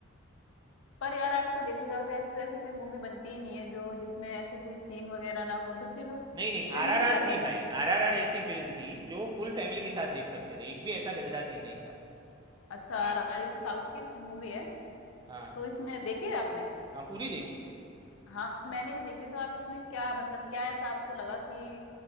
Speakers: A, on the left; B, on the right.
A: पर यार आजकल देखो जाओ तो ऐसी तो ऐसी कोई मूवी बनती ही नहीं है जो जिसमें ऐसे कोई सीन वगैरह ना हो तो फिर
B: नहीं नहीं
A: फैमिली
B: आरआरआर
A: के साथ
B: थी
A: तो
B: भाई
A: फिर
B: आरआरआर ऐसी फिल्म थी जो फुल फैमिली के साथ देख सकते थे एक भी ऐसा गंदा सीन नहीं था
A: अच्छा आ रही तो साउथ की मूवी है
B: हाँ
A: तो इसमें देखी है आपने
B: हाँ पूरी देखिए
A: हाँ मैंने भी देखी तो आप इसमें क्या मतलब क्या ऐसा आपको लगा कि